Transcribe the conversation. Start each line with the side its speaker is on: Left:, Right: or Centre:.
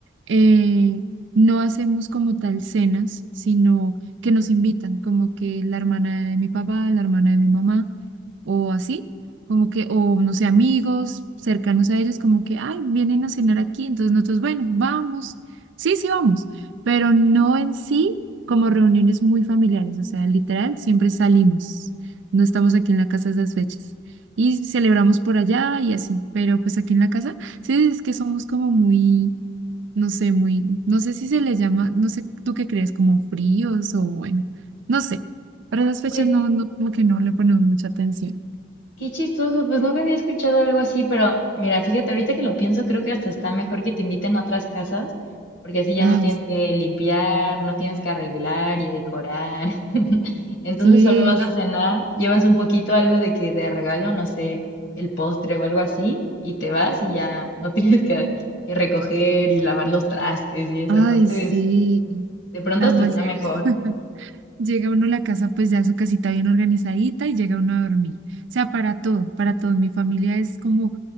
Right: eh, no hacemos como tal cenas, sino que nos invitan, como que la hermana de mi papá, la hermana de mi mamá o así, como que, o no sé, amigos cercanos a ellos, como que, ay, vienen a cenar aquí, entonces nosotros, bueno, vamos, sí, sí, vamos, pero no
Left: Ujú.
Right: en sí como reuniones muy familiares, o sea, literal, siempre salimos, no estamos aquí en la casa esas fechas. Y celebramos por allá y así, pero pues aquí en la casa, sí, es que somos como muy, no sé, muy, no sé si se les llama, no sé, ¿tú qué crees? Como fríos o bueno, no sé, para esas fechas
Left: Pues
Right: no, no, como que no le ponemos mucha atención.
Left: qué chistoso, pues nunca había escuchado algo así, pero mira, fíjate, ahorita que lo pienso, creo que hasta está mejor que te inviten a otras casas, porque así ya
Right: Ay,
Left: no tienes que limpiar, no tienes que arreglar y decorar. <laughs> Entonces
Right: sí,
Left: solo vas a cenar, llevas un poquito algo de que de regalo, no sé, el postre o algo así, y te vas y ya no <laughs> tienes que, que recoger y lavar los trastes y eso.
Right: ay,
Left: Entonces,
Right: sí.
Left: de pronto
Right: Además
Left: hasta está
Right: llega,
Left: mejor.
Right: <laughs> llega uno a la casa, pues ya su casita bien organizadita y llega uno a dormir. O sea, para todo, para todo. Mi familia es como,